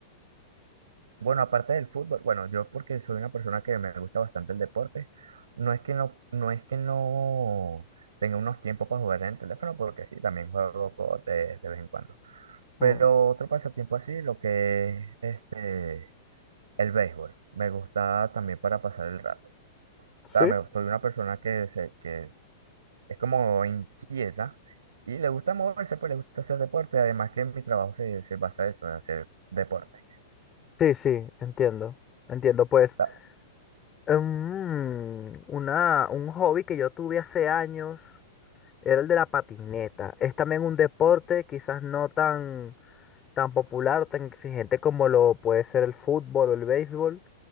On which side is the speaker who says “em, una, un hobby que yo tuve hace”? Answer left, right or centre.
Left